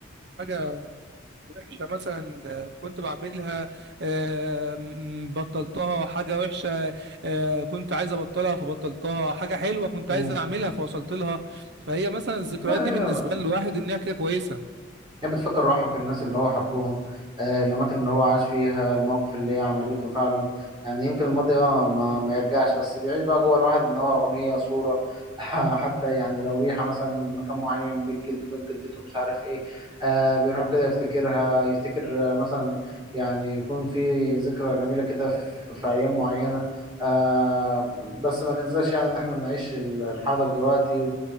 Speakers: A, on the right (about 55°); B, on the right (about 25°).
A: حاجه وحشه مثلا آه، كنت بعملها آه، م- بطلتها حاجه وحشه آه، كنت عايز ابطلها فبطلتها حاجه حلوه كنت
B: مم.
A: عايز اعملها فوصلت لها فهي مثلا الذكريات
B: لا هي
A: دي بالنسبه للواحد ان هي كده كويسه
B: هي بتفكر الواحد بالناس اللي هو حبهم آه، الأماكن اللي هو عاش فيها المواقف اللي هي عملته فعلا يعني يمكن الماضي اه ما, ما يرجعش بس بيعيش بقى جوه الواحد إن هو أغنية صورة <laughs> حتى يعني لو ريحة مثلا مكان معين بيت جده بيت جدته مش عارف إيه آه بيروح كده يفتكرها يفتكر آه، مثلا يعني يكون في ذكرى جميلة كده في, في أيام معينة آه بس ما ننساش يعني إن إحنا نعيش الحاضر دلوقتي